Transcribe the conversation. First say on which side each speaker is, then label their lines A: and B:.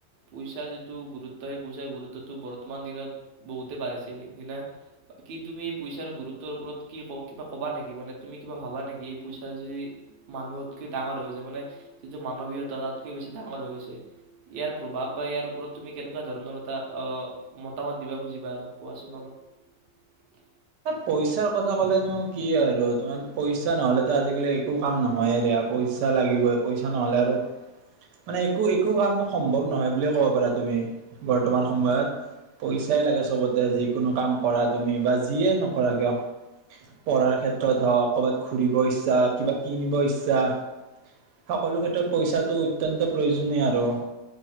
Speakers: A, on the right; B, on the right.
A: পইচাৰ যিটো গুৰুত্ব সেই পইচাৰ গুৰুত্বটো বৰ্তমান দিনত বহুতে বাঢ়িছে সেইদিনাাক কি তুমি এই পইচাৰ গুৰুত্বৰ ওপৰত কি ক কিবা কবা নেকি মানে তুমি কিবা ভাবা নেকি এই পইচা যি মানুহতকৈ ডাঙৰ হৈ গৈছে মানেি <unintelligible> মানৱীয়তা তাতকৈ বেছি ডাঙৰ হৈ গৈছে ইয়াৰ প্ৰভাৱ বা ইয়াৰ ওপৰত তুমি কেনেকুৱা ধৰণৰ এটা মতামত দিব খুজিবা আৰু কোৱাচোন অলপ
B: পইচাৰ কথা কলেনো কি আৰু তোমাৰ পইচা নহলেতো আজিকালি একো কাম নহয়ে দিয়া পইচা লাগিবই পইচা নহলে আৰু মানে একো একো কাম সম্ভৱ নহয় বুলিয়ে কব পাৰা তুমি বৰ্তমান সময়ত পইচাই লাগে চবতে যিকোনো কাম কৰা তুমি বা যিয়ে নকৰাক কিয় পঢ়াৰ ক্ষেত্ৰত হওক ক'ৰবাত ঘূৰিব ইচ্ছা কিবা কিনিব ইচ্ছা সকলো ক্ষেত্ৰত পইচাটো অত্যন্ত প্ৰয়োজনীয় আৰু